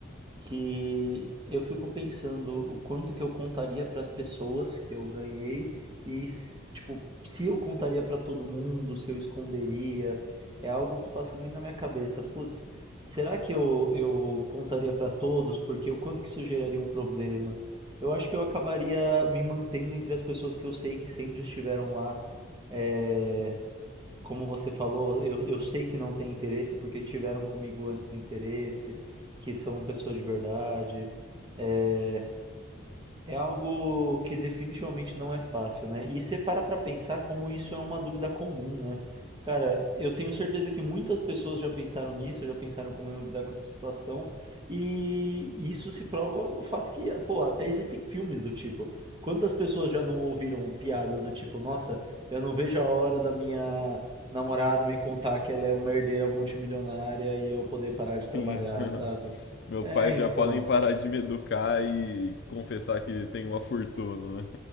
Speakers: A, on the right (about 25°); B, on the left (about 55°).
A: que eu fico pensando o quanto que eu contaria para as pessoas que eu ganhei e s- tipo, se eu contaria para todo mundo, se eu esconderia, é algo que passa muito na minha cabeça. Putz, será que eu eu contaria para todos? Porque o quanto que isso geraria um problema? Eu acho que eu acabaria me mantendo entre as pessoas que eu sei que sempre estiveram lá. é, como você falou, eu, eu sei que não tem interesse porque estiveram comigo antes do interesse, que são pessoas de verdade. eh, é algo que definitivamente não é fácil, né? E você para pra pensar como isso é uma dúvida comum, né? Cara, eu tenho certeza que muitas pessoas já pensaram nisso, já pensaram como iam lidar com essa situação, e isso se prova no fato que, pô, até existem filmes do tipo. Quantas pessoas já não ouviram piadas do tipo, nossa, eu não vejo a hora da minha namorada me contar que ela é uma herdeira multimilionária e eu poder parar de trabalhar,
B: Sim, <laughs>
A: sabe?
B: meus
A: É,
B: pais
A: então.
B: já podem parar de me educar e confessar que tem uma fortuna, né?